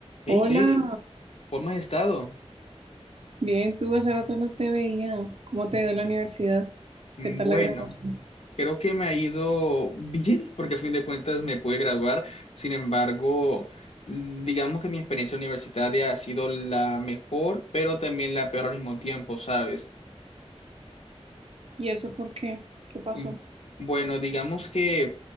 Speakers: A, on the left; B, on the right.
A: Hey
B: Hola,
A: Heidi, ¿cómo has estado?
B: bien, tú hace rato no te veía. ¿Cómo te dio la universidad?
A: Bueno,
B: ¿Qué tal la graduación?
A: creo que me ha ido <laughs> bien, porque a fin de cuentas me pude graduar. Sin embargo, mm, digamos que mi experiencia universitaria ha sido la mejor, pero también la peor al mismo tiempo, ¿sabes?
B: ¿Y eso por qué? ¿Qué pasó?
A: Mm, Bueno, digamos que